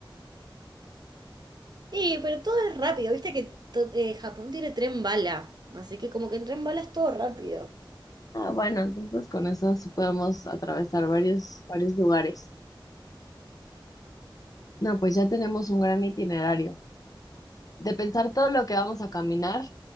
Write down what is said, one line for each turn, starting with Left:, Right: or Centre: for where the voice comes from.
Right: sí pero todo es rápido, viste que to- eh, Japón tiene tren bala, así que como que en tren bala es todo rápido.
Left: Ah, bueno, entonces con eso sí podemos atravesar varios, varios lugares. No, pues ya tenemos un gran itinerario. De pensar todo lo que vamos a caminar,